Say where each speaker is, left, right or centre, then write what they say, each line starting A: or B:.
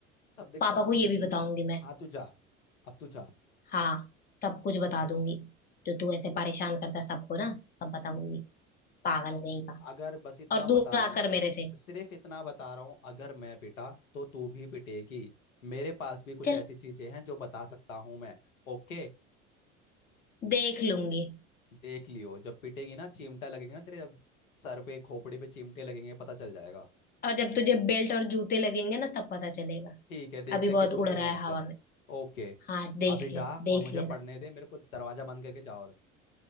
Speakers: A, on the left (about 80°); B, on the left (about 25°).
A: सब दिखता
B: पापा
A: है ना
B: को ये
A: तुझे
B: भी बताऊंगी मैं
A: हाँ तू जा अब तू जा
B: हाँ सब कुछ बता दूंगी जो तू ऐसे परेशान करता है सबको ना सब बताऊंगी पागल कहीं का
A: अगर बस इतना
B: और दूर
A: बता रहा
B: आकर
A: हूँ
B: मेरे से
A: सिर्फ इतना बता रहा हूँ अगर मैं पिटा तो तू भी पिटेगी मेरे पास भी कुछ
B: चल
A: ऐसी चीजें हैं जो बता सकता हूँ मैं ओके
B: देख लूंगी
A: देख लियो जब पिटेगी ना चिमटा लगेगा ना तेरे जब सर पे खोपड़ी पे चिमटे लगेंगे पता चल जाएगा
B: और जब तुझे बेल्ट और जूते लगेंगे ना तब पता चलेगा
A: ठीक है देखते
B: अभी बहुत
A: हैं किसको
B: उड़
A: कितना
B: रहा
A: लगता
B: है हवा
A: है
B: में
A: ओके
B: हाँ देख
A: अभी जा
B: ले
A: और
B: देख
A: मुझे
B: लेना
A: पढ़ने दे मेरे को दरवाजा बंद करके जा और